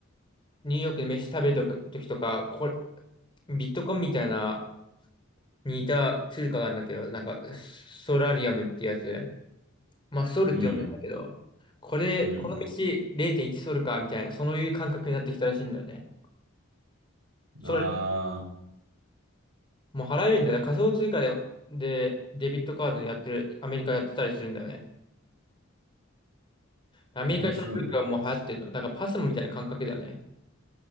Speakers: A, on the left; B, on the right.
A: ニューヨークで飯食べた時とか、これ、ビットコインみたいな似た通貨があるんだけど、なんか、ソラリアムってやつ。まあ、ソルって呼んでんだけど、
B: うん
A: これ、
B: うん。
A: この道0.1ソルか、みたいな、そういう感覚になってきたらしいんだよね。ソル、
B: ああ
A: もう払えるんだよね。仮想通貨で、で、デビットカードにやってる、アメリカやってたりするんだよね。アメリカでその文化がもう流行ってるの。
B: ー、面白いね。
A: だからパスモみたいな感覚だよね。